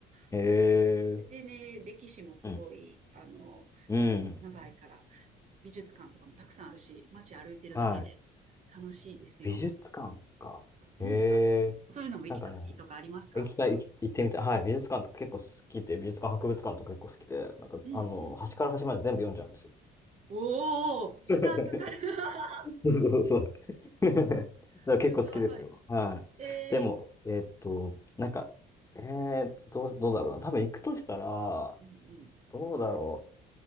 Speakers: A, on the left (about 15°); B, on the right (about 45°).
A: うん。
B: う。そんな感じで。
A: へえ。
B: でね、歴史もすごい、
A: うん。
B: あの、
A: うん。
B: なんだろう、長いから。美術館とかもたくさんあるし、街歩いてるだけで
A: はい。
B: 楽しいですよ。
A: 美術館か。へ
B: うん。あ、
A: え。
B: そういうのも行きたいとかありますか
A: なんかね、行きたい、行き行ってみたい。はい。美術館とか結構好きで、美術館、博物館とか結構好きで、なんか、
B: うんうん。
A: あの、端から端まで全部読んじゃうんですよ。
B: おお、時間かかるな。
A: <laughs> そうそうそうそう。<laughs> だから結構好きですよ。
B: <laughs> すごい。
A: はい。
B: え
A: でも、えーっと、なんか、えー、どう、どうだろうな。多分行くとしたら、
B: ー、うんうん。
A: どうだろ